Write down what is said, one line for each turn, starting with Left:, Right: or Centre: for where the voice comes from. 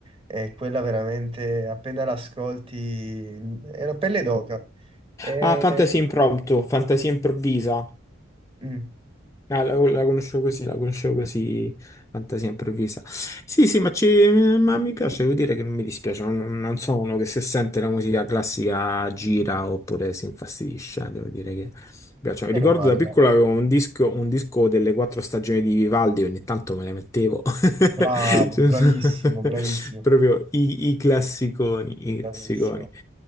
Right: È quella veramente, appena l'ascolti, è una pelle d'oca. E...
Left: Ah, Fantasy Impromptu, Fantasia Improvvisa.
Right: mm,
Left: Ah, la, la conoscevo così, la conoscevo così, fantasia improvvisa. Sì, sì, ma, ci- ma mi piace, devo dire che non mi dispiace, non, non sono uno che se sente la musica classica gira oppure si infastidisce, devo dire mi piacciono.
Right: meno
Left: Ricordo
Right: male,
Left: da piccolo
Right: dai.
Left: avevo un disco, un disco delle quattro stagioni di Vivaldi, ogni tanto me le mettevo. <laughs>
Right: Bravo,
Left: Cioè,
Right: bravissimo,
Left: so-
Right: bravissimo,
Left: <laughs> Proprio i, i classiconi, i
Right: bravissimo.
Left: classiconi.